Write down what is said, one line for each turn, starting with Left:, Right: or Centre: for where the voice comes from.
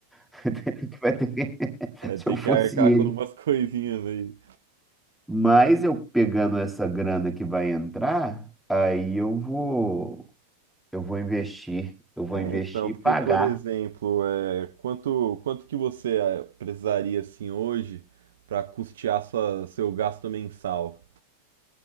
Centre: <laughs> Vai ter que- <laughs>
Right: Vai
Centre: Se
Right: ter
Centre: eu fosse
Right: que arcar
Centre: ele.
Right: com algumas <laughs> coisinhas aí.
Centre: Mas eu pegando essa grana que vai entrar, aí eu vou, eu vou investir, eu vou
Right: É,
Centre: investir
Right: então,
Centre: e
Right: porque,
Centre: pagar
Right: por exemplo, é, quanto, quanto que você é, precisaria, assim, hoje para custear sua, seu gasto mensal?